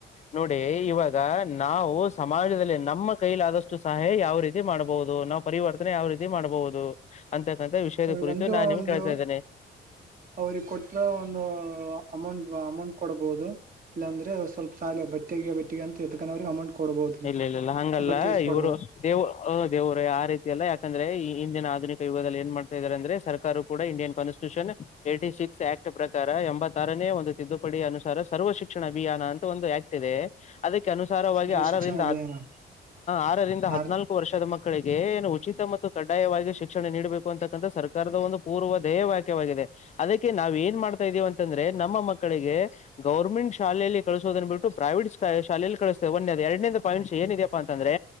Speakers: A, on the left (about 35°); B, on the right (about 45°).
A: ನೋಡಿ ಇವಾಗ ನಾವು ಸಮಾಜದಲ್ಲಿ ನಮ್ಮ ಕೈಲ ಆದಷ್ಟು ಸಹಾಯ ಯಾವ ರೀತಿ ಮಾಡ್ಬಹುದು ನಾವವು ಪರಿವರ್ತನೆ ಯಾವ ರೀತಿ ಮಾಡ್ಬಹುದು ಅಂತ ವಿಷಯದ
B: ಅವ್ರಿಗ
A: ಕುರಿತು
B: ಅಂದ್ರೆ
A: ನಾನ್ ನಿಮ್ಗೆ
B: ಒಂದು
A: ಕೇಳ್ತಾ ಇದ್ದೇನೆ
B: ಅವ್ರಿಗೆ ಕೊಟ್ರ ಒಂದು ಅಮೌಂಟ್ ಅಮೌಂಟ್ ಕೊಡಬಹುದು ಇಲ್ಲಾಂದ್ರೆ ಸ್ವಲ್ಪ ಸಾಲ ಬಟ್ಟೆಗೆ ಬಟ್ಟಿಗೆ ಅಂತ ಎದಕ ಅವ್ರಿಗೆ ಅಮೌಂಟ್ ಕೊಡ್ಬೋದ್ರಿ
A: ಇಲ್ಲ ಇಲ್ಲ ಇಲ್ಲ ಹಂಗಲ್ಲ
B: ಬಟ್ಟೆ ಎಸ್ ಕೊಡ್ಬೋದು
A: ಇವರು ದೇವ ಹ ದೇವ್ರು ಆ ರೀತಿಯಲ್ಲ ಯಾಕಂದ್ರೆ ಈ ಹಿಂದಿನ ಆ ಯದಲ್ಲಿ ಏನ್ ಮಾಡ್ತಾ ಇದಾರೆ ಅಂದ್ರೆ ಸರ್ಕಾರ ಕೂಡ Indian constitution eighty six act ಪ್ರಕಾರ ಎತ್ತನ ಒಂದು ತಿದ್ದುಪಡಿ ಅನುಸಾರ ಸರ್ವ ಶಿಕ್ಷಣ ಅಭಿಯಾನ ಅಂತ ಒಂದು ಆಕ್ಟ್ ಇದೆ ಅದಕ್ಕೆ. ಅನುಸಾರವಾಗಿ
B: ಸರ್ವ
A: ಆರೀ
B: ಶಿಕ್ಷಣ ಅಭಿಯಾನ
A: ಆರರಿಂದ ಹದ್ಿನಲ್ಕು
B: ಆರ್
A: ವರ್ಷದ ಮಕ್ಕಳಿಗೆ ಏನು ಉಚಿತ ಮ ಕಡ್ಡಾಯವಾಗಿ ಶಿಕ್ಷಣ ನೀಡಬೇಕು ಅಂತಕ್ಕಂಥ ಸರ್ಕಾರದ ಒಂದು ಪೂರ್ವ ದಧ್ಯೇಯ ವ್ಯಾಕ್ಯವಾಗಿದೆ ಅದಕ್ಕೆ ನಾವವು ಏನ್ ಮಾಡ್ತಾ ಇದೀವಿ ಅಂತಂದ್ರೆ ನಮ್ಮ ಮಕ್ಕಳಿಗೆ ಗೌರ್ಮೆಂಟ್ ಶಾಲೆಯಲ್ಲಿ ಕಳಿಸೋದನ್ನು ಬಿಟ್ಟು ಪ್ರೈವೇಟ್ ಶಾಲೆಯಲ್ಲಿ ಕಳಿಸ್ತೇವೆ ಒಂದೇ ಎರಡನಂದ ಪಾಯಿಂಟ್ಸ್ ಏನಿದ್ಯಪ್ಪಾ ಅಂತಂದ್ರೆ